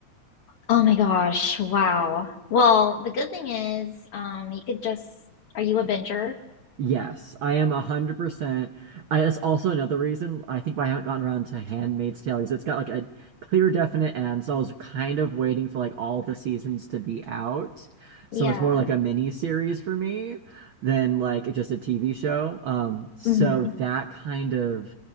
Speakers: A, on the left (about 55°); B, on the right (about 70°).
A: Oh my gosh. Wow. Well, the good thing is, um, you could just. Are you a binger?
B: Yes, I am 100%. I, that's also another reason I think why I haven't gotten around to Handmaid's Tale because it's got like a clear, definite end. So I was kind of waiting for like all the seasons to be out. So
A: Yeah.
B: it's more like a mini series for me than like just a TV show. Um, so
A: Mm-hmm.
B: that kind of